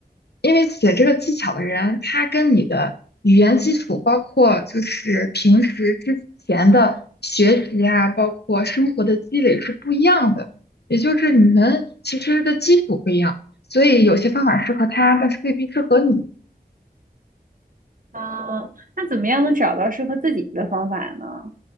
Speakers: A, on the left; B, on the right.
A: 因为写这个技巧的人，他跟你的语言基础，包括就是平时之前的学习啊，包括生活的积累是不一样的，也就是你们其实的基础不一样，所以有些方法适合他，但是未必适合你。
B: 啊？那怎么样能找到适合自己的方法呢？